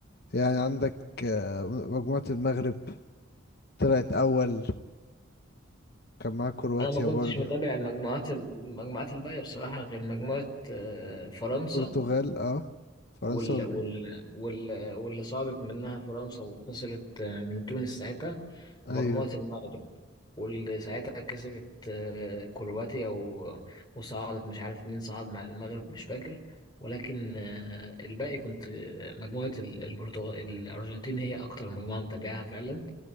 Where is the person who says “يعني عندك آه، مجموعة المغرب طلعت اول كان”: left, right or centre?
Left